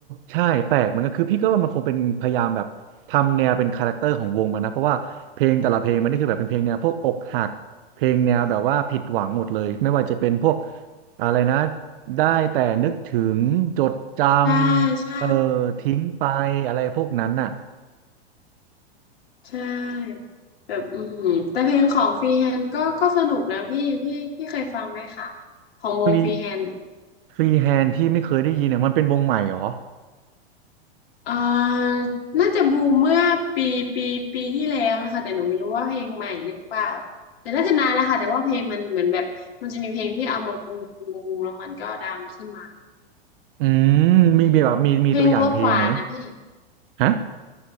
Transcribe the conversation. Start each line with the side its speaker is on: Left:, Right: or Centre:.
Right: ใช่แปลกเหมือนกันคือพี่ก็ว่ามันคงเป็นพยายามแบบทำแนวเป็นคาแรคเตอร์ของวงมันนะเพราะว่าเพลงแต่ละเพลงมันนี่คือแบบเป็นเพลงแนวพวกอกหักเพลงแนวแบบว่าผิดหวังหมดเลยไม่ว่าจะเป็นพวกอะไรนะได้แต่นึกถึงจดจ
Left: ใช่ใช่
Right: ำเออทิ้งไปอะไรพวกนั้นน่ะ
Left: ใช่แบบอือหือแต่เพลงของฟรีแฮนด์ก็ก็สนุกนะพี่พี่พี่เคยฟังไหมคะของวงฟรีแฮนด์
Right: ฟรีฟรีแฮนที่ไม่เคยได้ยินเนี่ยมันเป็นวงใหม่เหรอ
Left: อ่าน่าจะบูมเมื่อปีปีปีที่แล้วนะคะแต่หนูไม่รู้ว่าเพลงใหม่หรือเปล่าแต่น่าจะนานแล้วค่ะแต่ว่าเพลงมันเหมือนแบบมันจะมีเพลงที่เอามาบูมบูมบูมแล้วมันก็ดังขึ้นมา
Right: อืมมีแบบมีมีตัวอย่างเพลงไหม
Left: เพลงรสหวานนะพี่
Right: ฮะ